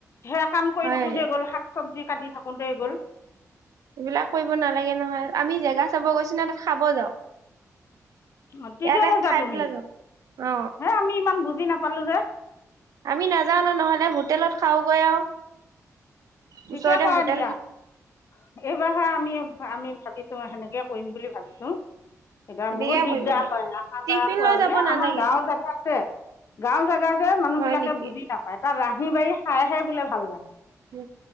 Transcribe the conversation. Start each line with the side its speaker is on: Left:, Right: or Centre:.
Left: সেয়া কাম কৰি
Right: হয়
Left: থাকোতে গ'ল শাক চবজি কাটি থাকোতে গ'ল
Right: এইবিলাক কৰিব নালাগে নহয় আমি জেগা চাব গৈছো ন ত খাব যাওঁ
Left: অ ঠিকে
Right: ইয়াতে
Left: কৈছা
Right: খাই
Left: তুমি
Right: পেলাই যাওঁ অ
Left: হে আমি ইমান বুজ জি নাপালো যে
Right: আমি নাযাওঁ ন নহ'লে হোটেলত খাওঁগৈ আৰু
Left: ঠিকে
Right: ওচৰতে
Left: কৰা
Right: হোটেল
Left: দিয়া এইবাৰহে আমি আমি ভাবিছো সেনেকে কৰিম বুলি ভাবিছো এতিয়া
Right: সেনেকে
Left: বহুত দিগদাৰ
Right: কৰিব লাগে
Left: হয় আহা
Right: টিফিন
Left: ব খোৱা
Right: লৈ যাব
Left: গলে
Right: নালাগে
Left: আমাৰ গাঁৱৰ জাগাত গাঁও জেগা যে মানুহ
Right: হয়
Left: বিলাকে
Right: নেকি
Left: বুজি নাপায় তাৰ ৰান্ধি বাঢ়ি খাই হে, বোলে ভাল লাগে ।
Right: ওম।